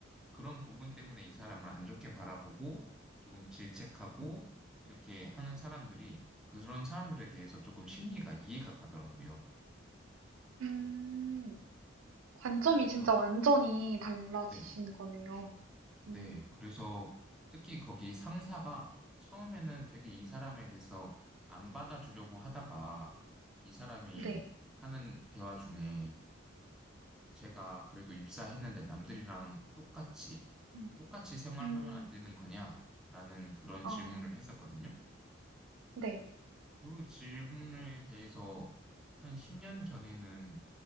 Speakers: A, in the centre; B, on the right.
A: 그런 부분 때문에 이 사람을 안 좋게 바라보고 조금 질책하고 이렇게 하는 사람들이 그런 사람들에 대해서 조금 심리가 이해가 가더라고요.
B: 음. 관점이
A: 그래서
B: 진짜 완전히 달라지신
A: 네.
B: 거네요.
A: 네,
B: 음.
A: 그래서 특히 거기 상사가 처음에는 되게 이 사람에 대해서 안 받아주려고 하다가 이 사람이
B: 네.
A: 하는 대화 중에 제가 그래도 입사했는데 남들이랑 똑같이,
B: 음.
A: 똑같이 생활하면
B: 음.
A: 안 되는 거냐라는 그런
B: 아.
A: 질문을 했었거든요.
B: 네.
A: 그 질문에 대해서 한 10년 전에는